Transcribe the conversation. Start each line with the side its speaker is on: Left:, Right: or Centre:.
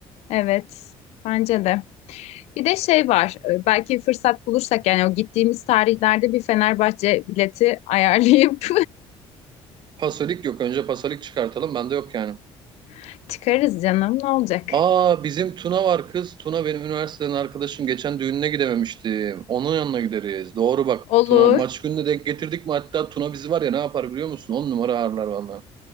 Left: Evet. Bence de. Bir de şey var, e, belki fırsat bulursak yani o gittiğimiz tarihlerde bir Fenerbahçe bileti ayarlayıp
Right: Pasolik yok. Önce Pasolik çıkartalım. Bende yok yani.
Left: <laughs> çıkarız canım, ne olacak?
Right: Aa bizim Tuna var kız. Tuna benim üniversiteden arkadaşım. Geçen düğününe gidememiştim. Onun yanına gideriz. Doğru bak.
Left: Olur,
Right: Tuna maç gününe denk getirdik mi? Hatta Tuna bizi var ya ne yapar biliyor musun? On numara ağırlar valla.